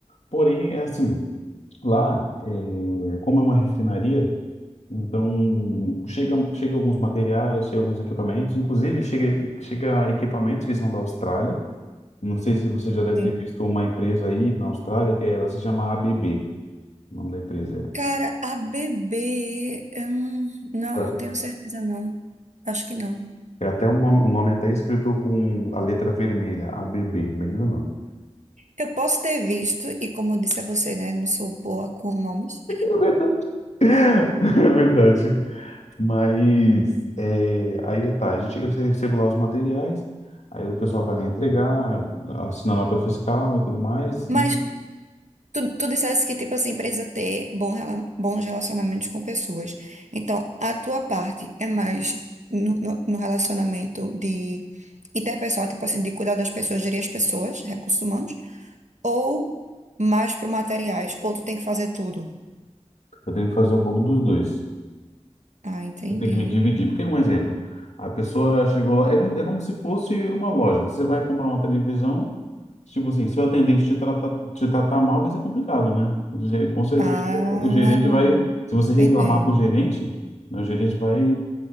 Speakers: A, on the left; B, on the right.
A: porém, é assim, lá, é, como é uma refinaria, então chega, chega alguns materiais, chega alguns equipamentos, inclusive chega, chega equipamentos que são da Austrália. Não sei se você já deve
B: Sim.
A: ter visto uma empresa aí na Austrália, que é, ela se chama a B B, o nome da empresa.
B: Cara, a bebê, eu não, não,
A: É,
B: não tenho certeza, não. Acho que não.
A: É, É até um nome, um nome até escrito com a letra vermelha, ABB, bem grandão.
B: Eu posso ter visto, e como eu disse a você, né? Não sou boa com nomes.
A: É verdade. <laughs> É verdade. Mas é, aí tá, a gente eu recebo lá os materiais, aí o pessoal vai lá entregar, assina a nota fiscal e tudo mais,
B: Mas
A: e
B: Tu, tu disseste que, tipo assim, precisa ter bom rela- bons relacionamentos com pessoas. Então, a tua parte é mais no, no- no relacionamento de interpessoal, tipo assim, de cuidar das pessoas, gerir as pessoas, recursos humanos, ou mais pro materiais, ou tu tem que fazer tudo.
A: eu tenho que fazer um pouco dos dois.
B: Ah, entendi.
A: Eu tenho que me dividir. Porque, um exemplo, a pessoa chegou lá, é como, é como se fosse uma loja. Você vai comprar uma televisão, tipo assim, se o atendente te tratar, te tratar mal, vai ser complicado, né? O ge- Com certeza,
B: Ah,
A: o gerente vai. Se
B: entendendo.
A: você reclamar pro gerente, né, o gerente vai